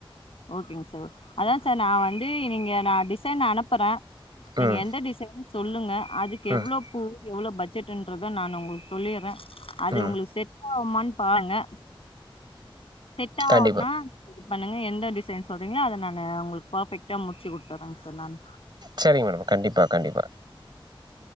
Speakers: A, on the left; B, on the right.
A: ஓகேங்க சார் அதா சார் நா வந்து நீங்க நா டிசைன் அனுப்புறே நீங்க
B: ம்
A: எந்த டிசைன்னு சொல்லுங்க அதுக்கு
B: ம்
A: எவ்ளோ பூ எவ்ளோ பட்ஜெட்ன்றத நா உங்களுக்கு சொல்லிறே அது
B: ம்
A: உங்களுக்கு செட் ஆகுமான்னு பாருங்க செட் ஆகுன்னா
B: கண்டிப்பா
A: இது பண்ணுங்க எந்த டிசைன் சொல்றீங்களோ அத நானு உங்களுக்கு பர்ஃபெக்டா முடிச்சு குடுத்துறே சார் நானு
B: செரிங்க மேடம் கண்டிப்பா கண்டிப்பா